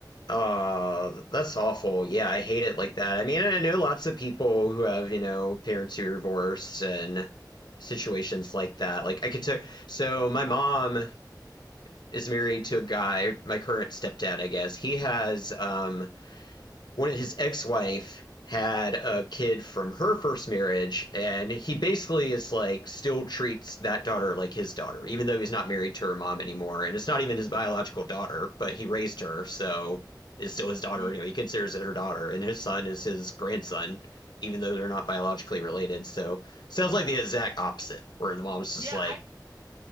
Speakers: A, on the left; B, on the right.
A: Uh, that's awful. Yeah, I hate it like that. I mean, I know lots of people who have, you know, parents who are divorced and situations like that. Like I could take so my mom is married to a guy, my current stepdad, I guess. He has um one of his ex-wife had a kid from her first marriage and he basically is like still treats that daughter like his daughter even though he's not married to her mom anymore and it's not even his biological daughter but he raised her so is still his daughter
B: Yeah,
A: anyway he considers it her daughter and his son is his grandson even though they're not biologically related so sounds like the exact opposite where the mom's just
B: yeah,
A: like
B: I